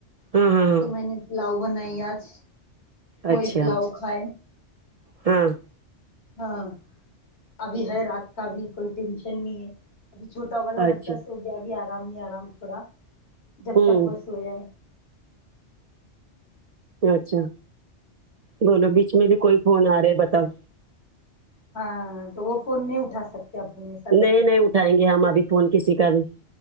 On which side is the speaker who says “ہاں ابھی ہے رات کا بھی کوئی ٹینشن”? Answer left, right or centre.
Left